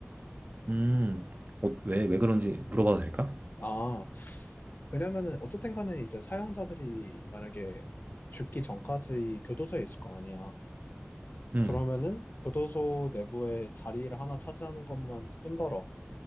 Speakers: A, on the right; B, on the left.
A: 음, 어, 왜, 왜 그런지 물어봐도 될까?
B: 아, 왜냐면은 어쨌든 간에 이제 사용자들이 만약에 죽기 전까지 교도소에 있을 거 아니야.
A: 음,
B: 그러면은 교도소 내부에 자리를 하나 차지하는 것만 뿐더러